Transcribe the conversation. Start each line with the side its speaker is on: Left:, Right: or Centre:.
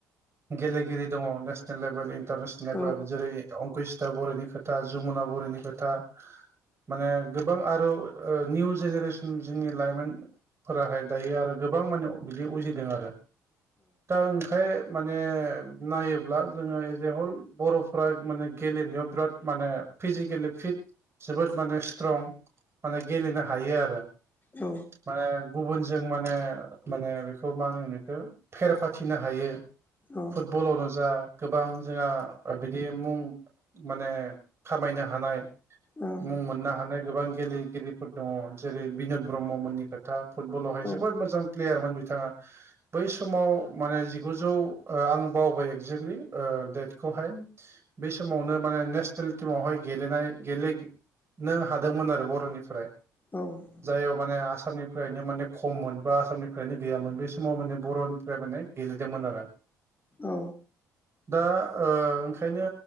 Right: गेलेगिरि दङ नेसनेल लेभेल इन्टारनेसनेल लेभेल
Left: औ
Right: जेरै अंकुसि था बर'नि खोथा जमुना बर'नि खोथा। माने गोबां आरो ओ निउ जेनेरेसन जोंनि लाइमोन फोराहाय दायो आरो गोबां माने बिदि उजिदों आरो। दा ओंखाय माने नायोब्ला जोङो एज ए हल बर'फ्रा माने गेलेनायाव बिराद माने फिजिकेलि फिट जोबोद माने सिथ्रं माने गेलनो हायो आरो
Left: औ
Right: माने गुबुन जों माने माने बेखौ मा होनो बेखौ फेर फाथिनो हायो।
Left: औ
Right: फुटबलावनो जा गोबां जोंहा बिदि मुं माने खामायनो हानाय मुं
Left: ओ औ
Right: मोननो हानाय गोबां गेलेगिरिफोर दङ। जेरै बिन'द ब्रह्ममोननि खोथा फुटबलावहाय
Left: औ
Right: जोबोद मोजां प्लेयारमोन बिथाङा। बै समाव माने जिगुजौ ओ आं बावबाय एक्जेक्टलि ओ डेटखौ हाय। बे समावनो मान नेसनेल टिमावहाय गेलनाय गेलेग नो हा दोनमोन आरो ब'रनिफ्राय
Left: औ
Right: जायाव माने आ सामनिफ्रायनो माने खममोन बा आसामनिफ्रायनो गैयामोन बे समाव माने बर'निफ्राय माने गेलेदोंमोन आरो।
Left: औ
Right: दा ओ ओंखायनो